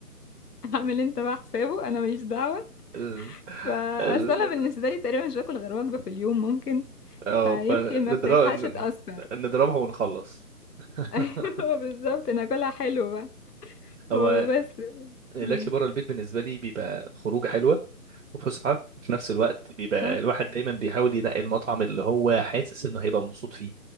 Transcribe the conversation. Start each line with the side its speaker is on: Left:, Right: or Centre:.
Left: <laughs> هعمل انت بقى حسابه انا ماليش دعوه
Right: <laughs> ال...
Left: فاصل
Right: ال...
Left: انا بالنسبه لي تقريبا مش باكل غير وجبه في اليوم ممكن
Right: اه
Left: فيمكن
Right: فنضرب
Left: ما بتلحقش تاثر
Right: نضربها ونخلص <laughs>
Left: <laughs> ايوه بالظبط انا اكلها حلو بقى
Right: هو
Left: وبس
Right: الاكل
Left: قولي
Right: بره البيت بالنسبه لي بيبقى خروجه حلوه وفسحه في نفس الوقت بيبقى
Left: صح
Right: الواحد دايما بيحاول ينقي المطعم اللي هو حاسس انه هيبقى مبسوط فيه